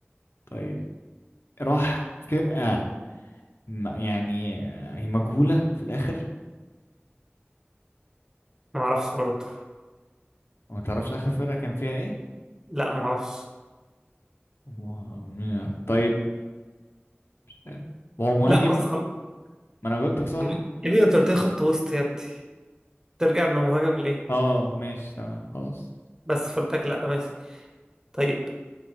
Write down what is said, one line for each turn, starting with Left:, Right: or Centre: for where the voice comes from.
Left: طيب راح فرقة ما- يعني آه، هي مجهولة في الاخر
Right: ما اعرفش برضه
Left: وما تعرفش اخر فرقة كان فيها ايه
Right: لا ما اعرفش
Left: وما- طيب مش عارف. وهو مهاجم
Right: لا بس خلاص
Left: ما انا جاوبتك صح
Right: يا ابني يا ابني انت قلت لي خط وسط يا ابني ترجع انه مهاجم ليه
Left: اه ماشي تمام خلاص
Right: بس فردك لا ماشي طيب